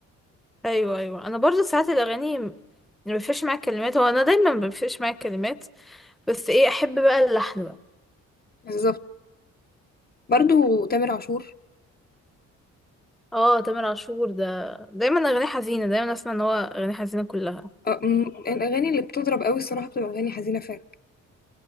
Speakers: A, in the centre; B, on the left.
A: ايوه ايوه انا برضو ساعات الاغاني م- مفيش معايا كلمات هو انا دايما مفيش معايا كلمات بس ايه احب بقى اللحن بقى
B: بالظبط برضو تامر عاشور
A: اه تامر عاشور ده دايما اغاني حزينه دايما اسمع ان هو اغاني حزينه كلها
B: آه، م- الأغاني اللي بتضرب قوي الصراحة بتبقى أغاني حزينة فعلا